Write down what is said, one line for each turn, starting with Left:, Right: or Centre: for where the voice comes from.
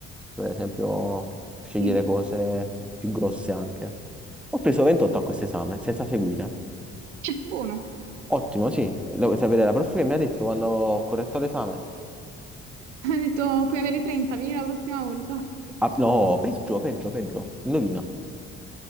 Centre: Per esempio, scegliere
Right: sì.
Centre: cose più grosse anche. Ho preso 28 a questo esame, senza seguire.
Right: Cioè, buono.
Centre: Ottimo, sì. Lo vuoi sapere, la prof che mi ha detto quando ho corretto l'esame.
Right: Ha <laughs> detto, puoi avere 30, vieni la prossima volta.
Centre: Ah, no, peggio, peggio, peggio. Indovina.